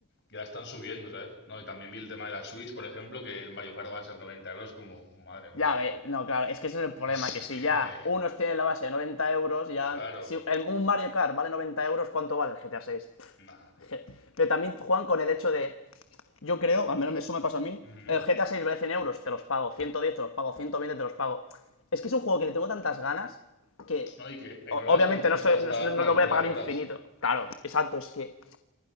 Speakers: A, on the left; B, on the left.
A: ya están subiendo, ¿sabes? No, y también vi el tema de la Switch, por ejemplo, que el Mario Kart va a ser 90 euros, como, madre mía,
B: Ya,
A: tú.
B: ve,
A: <laughs>
B: no, claro, es que ese es el problema,
A: Es
B: que si
A: que,
B: ya unos tienen la base de 90 euros, ya...
A: claro,
B: Si el- un Mario Kart vale 90 euros, ¿cuánto vale el GTA 6?
A: nada, tío.
B: <laughs> Pero también juegan con el hecho de, yo creo, al menos eso me pasa a mí,
A: Ujú.
B: el GTA seis vale 100 euros, te los pago, 110 te los pago, 120 te los pago. Es que es un juego que le tengo tantas ganas que
A: No, y que en
B: o-
A: horas
B: obviamente
A: vas, a est-
B: no, soy-
A: vas a estar
B: no, no
A: una
B: no lo
A: locura
B: voy a pagar
A: de horas,
B: infinito. Claro, exacto, es que